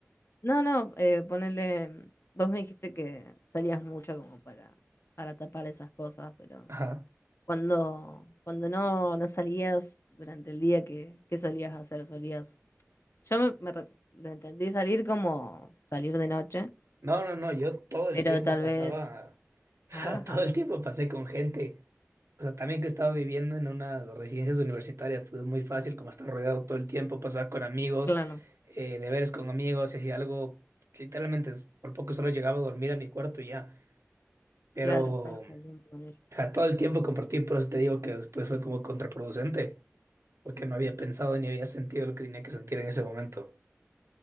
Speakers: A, on the left; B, on the right.
A: No, no, eh, ponele, vos me dijiste que salías mucho como para, para tapar esas cosas, pero
B: Ajá.
A: Cuando, cuando no, no salías durante el día, ¿qué, qué solías hacer? Solías. Yo me, me re- lo entendí salir como salir de noche,
B: No, no, no, yo todo el
A: pero
B: tiempo
A: tal
B: pasaba,
A: vez.
B: <laughs> o
A: Ajá,
B: sea, todo el tiempo pasé con gente. O sea, también que estaba viviendo en unas residencias universitarias, todo es muy fácil, como estar rodeado todo el tiempo, pasaba con amigos,
A: claro,
B: eh, deberes con amigos, si hacía algo, literalmente es- por poco solo llegaba a dormir a mi cuarto y ya. Pero
A: claro, estabas todo el tiempo con ellos.
B: ja, todo el tiempo compartí, por eso te digo que después fue como contraproducente, porque no había pensado ni había sentido lo que tenía que sentir en ese momento.